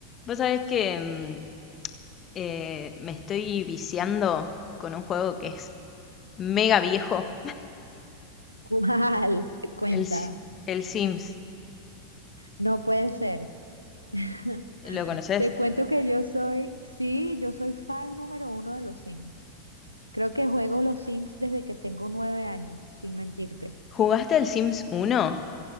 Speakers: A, on the left (about 25°); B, on the right (about 90°).
A: Vos sabés que mm, eh, me estoy viciando con un juego que es mega viejo,
B: ¿Cuál? <laughs> Cuenta.
A: el, Si- el Sims.
B: No puede ser. <laughs>
A: ¿Lo conoces?
B: Te cuento que yo soy, sí, yo soy fan número uno de los Sims. Creo que juego los Sims desde que tengo nueve años, sin mentirte.
A: ¿Jugaste el Sims uno